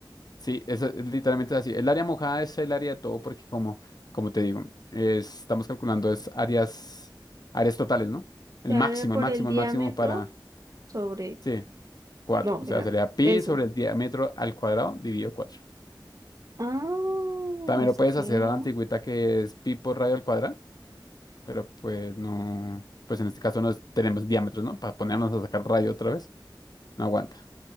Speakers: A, on the left (about 55°); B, on the right (about 45°).
A: Sí, eso es literalmente así. El área mojada es el área de todo porque como, como te digo, es- estamos calculando es áreas, áreas totales, ¿no? El
B: Dar
A: máximo,
B: por
A: el máximo,
B: el diámetro
A: el máximo para,
B: sobre.
A: sí, cuatro
B: No,
A: O sea,
B: era
A: sería pi
B: eso.
A: sobre el diámetro al cuadrado dividido cuatro
B: Ah,
A: También
B: es
A: lo puedes
B: que.
A: hacer a la antigüita que es pi por radio al cuadrado, pero pues no, pues en este caso no tenemos diámetros, ¿no? Para ponernos a sacar radio otra vez, no aguanta.